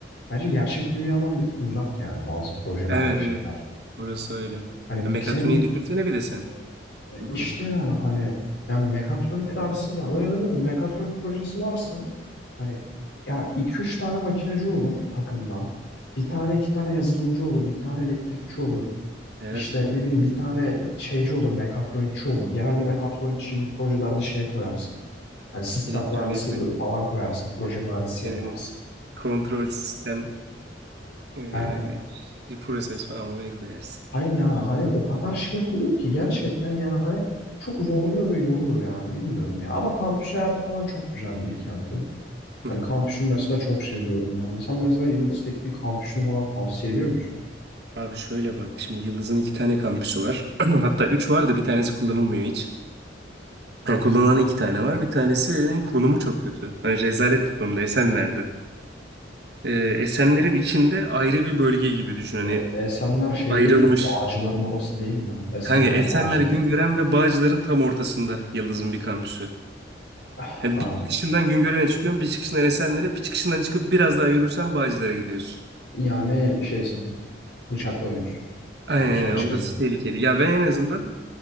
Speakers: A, on the left; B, on the right.
A: Bence gerçek dünyadan bir tık uzak yani bazı projeler
B: Evet
A: ve şeyler.
B: evet. Orası öyle. Ya,
A: Hani
B: mekatroniği
A: sen
B: düşünsene bir de sen bu
A: işte
B: konuda.
A: yani hani yani mekatronik dersi ya öyle de böyle mekatronik projesi varsa hani ya iki üç tane makineci olur takımda. Bir tane iki tane yazılımcı olur, bir tane elektrikçi olur.
B: Evet.
A: İşte ne bileyim bir tane şeyci olur, mekatronikçi olur. Genelde mekatronikçiyi bu projelerde şeye koyarsın. Hani sistem
B: Elektronik
A: mühendisi
B: ve
A: falan koyarsın, proje mühendisi yaparsın.
B: e, kontrol sistem e,
A: Yani
B: bir proses falan oraya koyarsın.
A: hayır yani hani o kadar şey yapılıyor ki gerçekten yani hani çok zorluyor ve yoruyor yani bilmiyorum ya. Ama kampüs hayatı falan çok güzel Bilkent'in.
B: <laughs>
A: Hani kampüsünü mesela çok seviyorum yani. Sen mesela Yıldız Teknik kampüsünü falan tavsiye ediyor musun?
B: Abi şöyle bak şimdi Yıldız'ın iki tane kampüsü var. <clears throat> Hatta üç var da bir tanesi kullanılmıyor hiç. Yani kullanılan iki tane var. Bir tanesinin konumu çok kötü. Hani rezalet bir konumda. Esenler'de. Ee, Esenler'in içinde ayrı bir bölge gibi düşün. Hani
A: Abi Esenler şey
B: Ayrılmış.
A: değil mi? Bağcıların orası değil mi? Esenler
B: Kanka Esenler
A: Bağcılar.
B: Güngören ve Bağcılar'ın tam ortasında Yıldız'ın bir kampüsü.
A: Ah,
B: Ha, bir çıkışından Güngören'e çıkıyorsun, bir çıkışından Esenler'e, bir çıkışından çıkıp biraz daha yürürsen Bağcılar'a gidiyorsun.
A: Yani şeysin. Bıçaklanıyorsun.
B: Aynen
A: Hapisten
B: aynen,
A: çıkınca.
B: orası tehlikeli. Ya ben en azından